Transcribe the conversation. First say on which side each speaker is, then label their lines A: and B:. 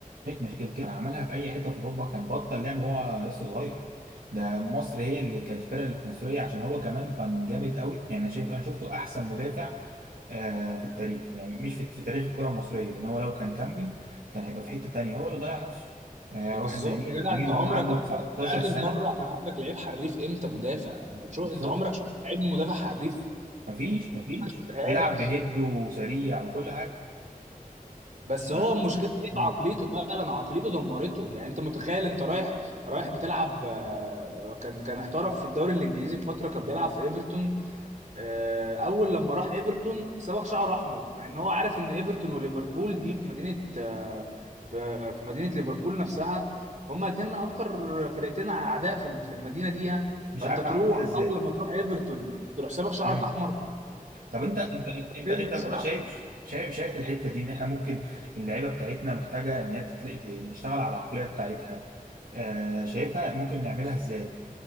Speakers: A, on the right; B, on the right.
A: شويه مشاكل كده كان عملها في اي حته في اوروبا كان بطل لعب وهو لسه صغير ده مصر هي اللي كانت الفرقه اللي في مصريه عشان هو كمان كان جامد قوي يعني انا شايف انا شفته احسن مدافع آه في التاريخ يعني مش في, في تاريخ الكره المصريه ان هو لو كان كمل كان هيبقى في حته تانيه هو اللي ضيع نفسه آه
B: بالظبط
A: واحد زي ميدو
B: يا جدع
A: ميدو
B: انت عمرك
A: هو عنده
B: انت
A: 19
B: انت اخر
A: سنه
B: مره كان عندك لعيب حريف امتى مدافع شو
A: بالظبط
B: انت عمرك شفت لعيب مدافع حريف
A: مفيش مفيش
B: مشفتهاش
A: بيلعب بهيد وسريع وكل حاجه
B: بس
A: ف
B: هو المشكله دي
A: مم.
B: في عقليته فعلا عقليته دمرته يعني انت متخيل انت رايح رايح بتلعب آه، كان كان احترف في الدوري الانجليزي في فتره كان بيلعب في ايفرتون آه، اول لما راح ايفرتون صبغ شعره احمر مع ان هو عارف ان ايفرتون وليفربول دي في مدينه آه، في في مدينه ليفربول نفسها هما الاثنين اكتر فرقتين اعداء في في المدينه دي يعني
A: مش
B: فانت
A: عارف
B: تروح
A: اعمل كده ازاي
B: اول لما تروح ايفرتون تروح صبغ شعرك
A: مم.
B: احمر
A: طب انت انت انت
B: تلبس
A: انت يا مورا
B: العقلية
A: شايف شايف شايف الحته دي ان احنا ممكن اللعيبه بتاعتنا محتاجه ان هي تتلاقي نشتغل على العقليه بتاعتها آه شايفها ممكن نعملها ازاي